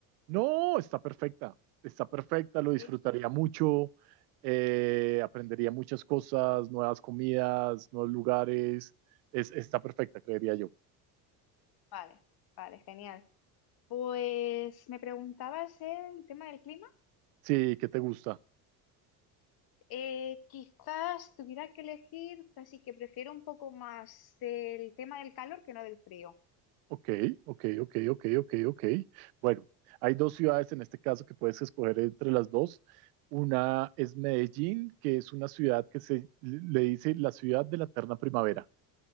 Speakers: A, on the right; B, on the left.
A: No, está perfecta, está perfecta, lo
B: Sí.
A: disfrutaría mucho, eh, aprendería muchas cosas, nuevas comidas, nuevos lugares, es, está perfecta, creería yo.
B: Vale, vale, genial. Pues me preguntabas el tema del clima.
A: Sí, ¿qué te gusta?
B: Eh, quizás tuviera que elegir, casi que prefiero un poco más del tema del calor que no del frío.
A: Ok, ok, ok, ok, ok, ok. Bueno, hay dos ciudades en este caso que puedes escoger entre las dos. Una es Medellín, que es una ciudad que se le dice la ciudad de la eterna primavera,